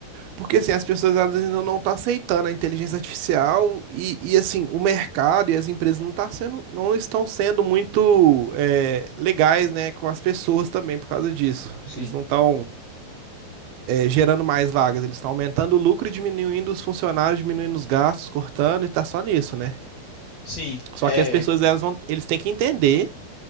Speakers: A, on the right; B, on the left.
A: Porque assim, as pessoas elas ainda não estão aceitando a inteligência artificial e, e assim, o mercado e as empresas não tá sendo, não estão sendo muito é, legais, né, com as pessoas também por causa disso.
B: Sim,
A: Eles não estão gerando mais vagas, eles estão aumentando o lucro e diminuindo os funcionários, diminuindo os gastos, cortando e tá só nisso, né?
B: sim,
A: Só
B: é,
A: que as pessoas elas vão, eles têm que entender